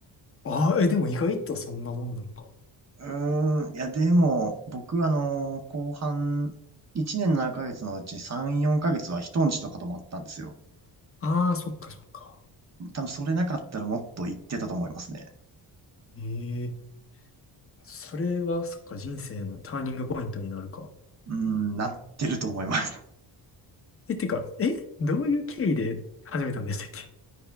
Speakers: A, on the left; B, on the right.
A: ああ、え、でも意外とそんなもんなのか。
B: うーん、いや、でも、僕、あの、後半、1年7ヶ月のうち3、4ヶ月は人んちとか泊まったんですよ。
A: ああ、そっかそっか。
B: 多分それなかったらもっと行ってたと思いますね。
A: ええ、それはそっか人生のターニングポイントになるか。
B: うーん、なってると思います。
A: え、てか、え、どういう経緯で始めたんでしたっけ